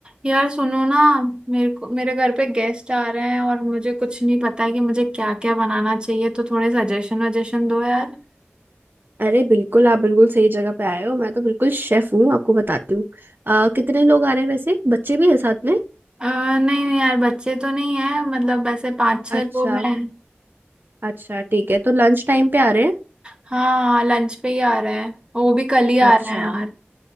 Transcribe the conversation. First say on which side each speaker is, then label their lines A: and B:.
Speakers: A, on the right; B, on the right.
A: यार सुनो ना मेरे को मेरे घर पे गेस्ट आ रहे हैं और मुझे कुछ नहीं पता है कि मुझे क्या क्या बनाना चाहिए तो थोड़े सजेशन वजेशन दो यार
B: अरे बिल्कुल आप बिल्कुल सही जगह पे आए हो मैं तो बिल्कुल शेफ हूँ आपको बताती हूँ अ, कितने लोग आ रहे हैं वैसे बच्चे भी हैं साथ में
A: अ, नहीं नहीं यार बच्चे तो नहीं है मतलब वैसे पाँच छह
B: अच्छा
A: लोग हैं
B: अच्छा ठीक है तो लंच टाइम पे आ रहे हैं
A: हाँ लंच पे ही आ रहे हैं और वो भी कल ही आ
B: अच्छा
A: रहे हैं यार